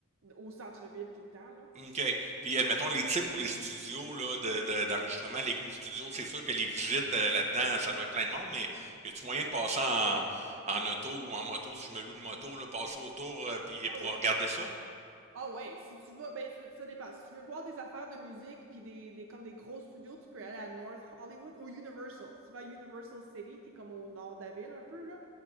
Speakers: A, on the right; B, on the right.
A: au centre-ville tout le temps là.
B: OK. Puis admettons les tips pour les studios là, de, de- d'enregistrement, les gros studios, c'est sûr que les visites euh, là-dedans, ça doit être plein de monde, mais y a-tu moyen de passer en, en auto ou en moto, si je me loue de moto, là, passer autour euh, puis
A: ah
B: pour
A: ouais
B: regarder ça?
A: Ah ouais, si tu vas, ben ça, ça dépend. Si tu veux voir des affaires de musique puis des, des comme des gros studios, tu peux aller à North Hollywood ou Universal. Si tu vas à Universal City, qui est comme au nord de la ville un peu là.